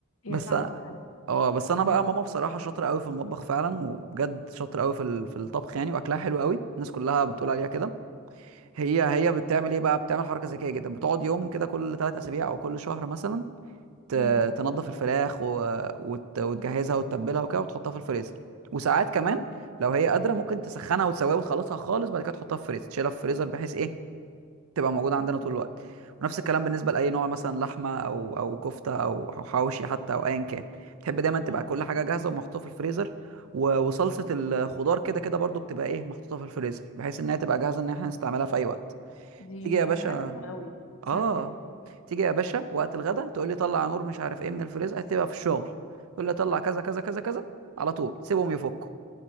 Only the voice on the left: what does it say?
هي
صعبة
فعلا
مم.
مم.
اه
مم.
اه
دي
حاجات حلوة قوي سهلة
جدا